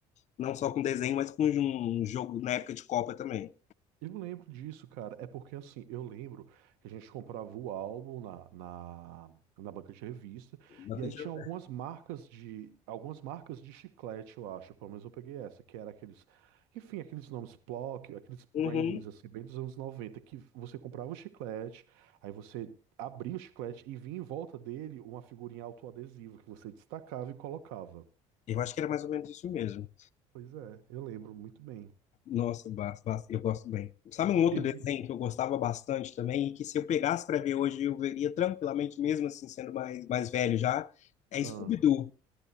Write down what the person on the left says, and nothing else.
não só com desenho, mas com um jogo na época de Copa também.
Na
época
de-
Uhum.
Eu acho que era mais ou menos isso mesmo.
Nossa, bas- bas- eu gosto bem. Sabe um outro
desenho que eu gostava bastante também e que se eu pegasse para ver hoje eu veria tranquilamente, mesmo assim sendo mais, mais velho já? É
Scooby-Doo.